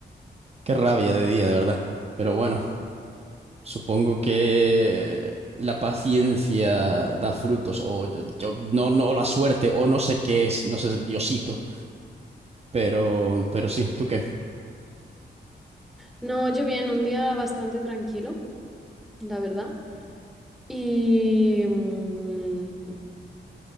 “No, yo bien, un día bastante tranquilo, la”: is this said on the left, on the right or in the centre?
Centre